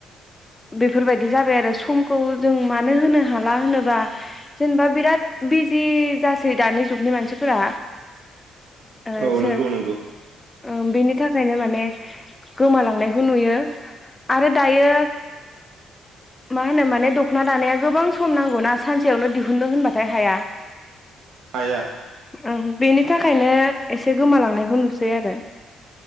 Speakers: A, on the left; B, on the right.
A: बेफोरबायदि जाबाय आरो समखौ जों मानो होनो हाला होनोबा जेनेबा बिराद बिजि जासै दानि जुगनि मानसिफोरा। ओ
B: औ
A: सो
B: नंगौ नंगौ
A: ओम बेनि थाखायनो माने गोमालांनायखौ नुयो आरो दायो मा होनो माने दख'ना दानाया गोबां सम नांगौना सानसेयावनो दिहुनो होनबाथाय हाया।
B: हाया
A: ओं बेनि थाखायनो एसे गोमालांनायखौ नुसै आरो।